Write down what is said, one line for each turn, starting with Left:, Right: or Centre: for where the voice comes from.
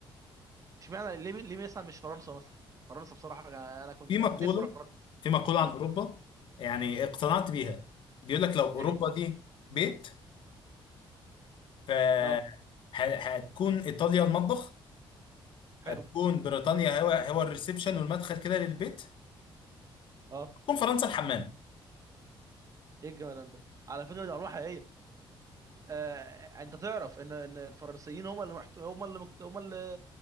Right: اشمعنى ليه ليه مثلا مش فرنسا مثلا فرنسا بصراحه انا كنت
Left: في
Right: كان
Left: مقوله
Right: نفسي اروح فرنسا
Left: في مقوله
Right: اه
Left: عن اوروبا يعني اقتنعت بيها بيقول لك لو اوروبا
Right: ايه هي
Left: دي بيت ف
Right: اه
Left: ه- هتكون ايطاليا المطبخ
Right: حلو
Left: هتكون بريطانيا هو هو الريسبشن والمدخل كده للبيت
Right: اه
Left: هتكون فرنسا الحمام
Right: ايه الجمال ده على فكره دي ارواح حقيقيه آه، انت تعرف ان ان الفرنسيين هم اللي محت... هم اللي مكت... هم اللي